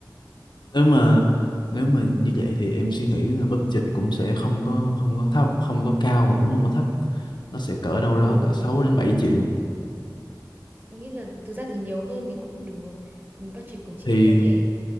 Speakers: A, on the left (about 85°); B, on the right (about 25°).
A: Nếu mà nếu mà như vậy thì em suy nghĩ là budget cũng sẽ không có không có thấp, không có cao và cũng không có thấp. Nó sẽ cỡ
B: <laughs>
A: đâu đó
B: ừ
A: cỡ sáu đến bảy triệu
B: Chị nghĩ là thực ra thì nhiều hơn thì cũng được. Budget của chị
A: thì
B: có thể